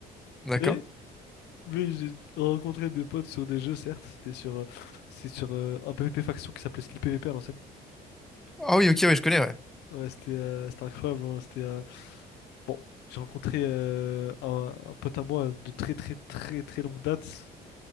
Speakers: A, in the centre; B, on the left.
A: d'accord.
B: Mais, mais j'ai rencontré des potes sur des jeux, certes. C'était sur, euh, c'est sur euh, un PvP faction qui s'appelait Skill PvP à l'ancienne.
A: Ah oui, ok, oui, je connais, ouais.
B: Ouais, c'était euh, c'était incroyable. hein, C'était, euh, Bon, j'ai rencontré euh, un, un pote à moi de très, très, très, très longue date.